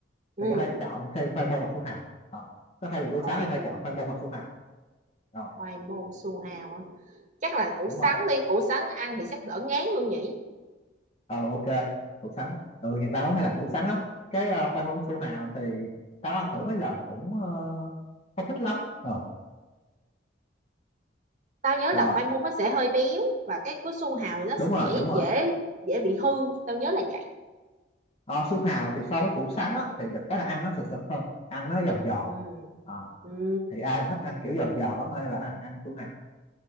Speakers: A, on the right (about 40°); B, on the left (about 35°).
A: ừ
B: thì có thể chọn thêm khoai môn hoặc su hào Ờ, có thay vì củ
A: khoai
B: sắn thì có thể
A: môn
B: chọn khoai môn hoặc su hào rồi
A: khoai môn su hào hả chắc là củ
B: đúng
A: sắn
B: rồi
A: đi củ sắn ăn thì chắc đỡ ngán hơn nhỉ
B: ờ ok củ sắn ừ nhìn tao cũng hay làm củ sắn á cái ờ, khoai môn su hào thì tao ăn thử mấy lần cũng ờ, không thích lắm ờ
A: tao nhớ là
B: rồi
A: khoai môn nó sẽ hơi béo và cái cái su hào thì nó sẽ
B: đúng rồi đúng
A: dễ
B: rồi
A: dễ bị hư tao nhớ là vậy
B: ờ, su hào thì so với củ sắn á thì được cái là ăn nó sực sực hơn ăn nó giòn giòn
A: ừ
B: Ờ,
A: ừ
B: thì ai mà thích ăn kiểu giòn giòn lắm hay là ăn ăn su hào